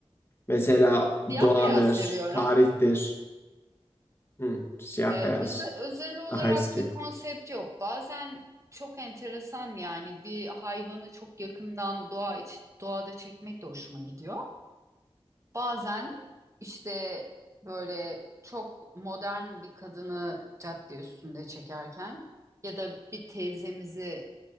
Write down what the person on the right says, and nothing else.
Siyah
beyaz seviyorum.
Ee,
öze- özel olarak
bir konsept yok. Bazen çok enteresan yani bir hayvanı çok yakından doğa iç, doğada çekmek de hoşuma gidiyor. Bazen işte böyle çok modern bir kadını cadde üstünde çekerken ya da bir teyzemizi